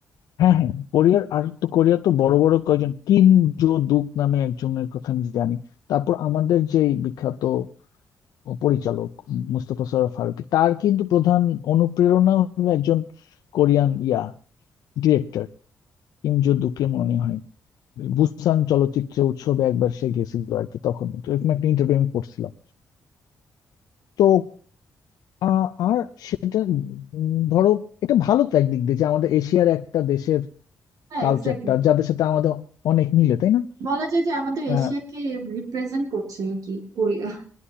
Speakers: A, on the left; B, on the right.
A: হ্যাঁ হ্যাঁ কোরিয়ার আর তো কোরিয়া তো বড় বড় কয়জন কিম জো দুক নামে একজনের কথা আমি জানি তারপর আমাদের যেই বিখ্যাত ও পরিচালক মুস্তফা সরোয়ার ফারুকী তার কিন্তু প্রধান অনুপ্রেরণা হলো একজন Korean yeah director Kim Jo দুকে মনে হয় বুসান চলচ্চিত্র উৎসবে একবার সে গেছিল আর কি তখন এরকম একটা ইন্টারভিউ আমি পড়ছিলাম তো আ- আর সেটা উম, ধরো এটা ভালো তো একদিক দিয়ে যে আমাদের এশিয়ার একটা দেশের
B: হ্যাঁ
A: কালচারটা
B: এক্স্যাক্টলি
A: যাদের সাথে আমাদের অনেক মিলে তাই না
B: বলা যায় যে আমাদের
A: আহ,
B: এশিয়াকে রিপ্রেজেন্ট করছে আর কি কোরিয়া